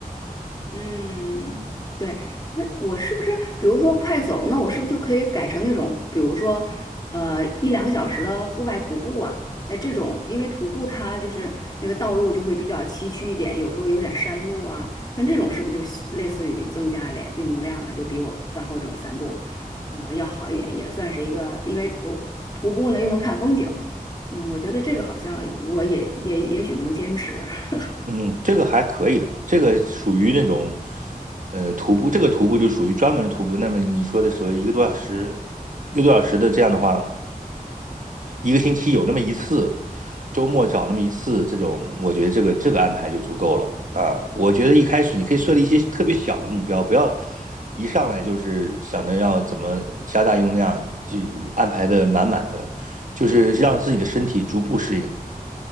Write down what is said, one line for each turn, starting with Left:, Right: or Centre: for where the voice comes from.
Left: 嗯，对，那我是不是，比如说快走，那我是不是就可以改成那种，比如说，呃，一两个小时的户外徒步啊？那这种，因为徒步它就是那个道路就会比较崎岖一点，有时候有点山路啊，像这种是不是就是类似于增加点运动量啊？就比我饭后这种散步，呃，要好一点，也算是一个，因为我徒步呢又能看风景，嗯，我觉得这个好像我也也也许能坚持。<laughs>
Right: 嗯，这个还可以的，这个属于那种，呃，徒步，这个徒步就属于专门的徒步。那么你说的所谓一个多小时、一个多小时的这样的话，一个星期有那么一次，周末找那么一次，这种我觉得这个这个安排就足够了啊。我觉得一开始你可以设立一些特别小的目标，不要一上来就是想着要怎么加大运动量，就安排的满满的，就是让自己的身体逐步适应。